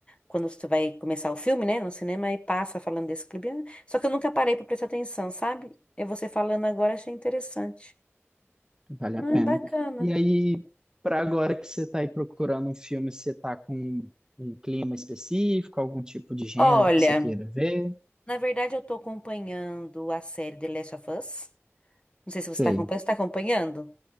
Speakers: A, on the left (about 25°); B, on the right (about 15°).
A: quando você vai começar o filme, né, no cinema, e passa falando desse clube. Ah, Só que eu nunca parei pra prestar atenção, sabe? É você falando agora, achei interessante.
B: Vale
A: Ah,
B: a pena.
A: bacana.
B: E aí, para agora que você está aí procurando um filme, você está com um um clima específico, algum tipo de gênero
A: Olha,
B: que você queira ver?
A: na verdade eu tô acompanhando a série The Last of Us. Não sei se você
B: Sei.
A: tá acompanhando. Você tá acompanhando?